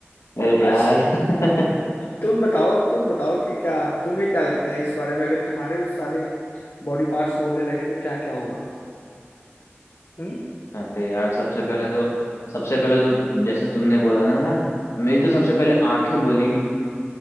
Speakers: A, on the left; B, on the left.
A: अरे
B: अच्छा
A: यार <laughs>
B: तुम बताओ तुम बताओ कि क्या तुम्हें क्या लगता है इस बारे में अगर तुम्हारे सारे बॉडी पार्ट्स बोलने लगे तो क्या क्या होगा हम्म?
A: अरे यार सबसे पहले तो सबसे पहले तो जैसे तुमने बोला ना यार मेरी तो सबसे पहले आंखें बोलेंगी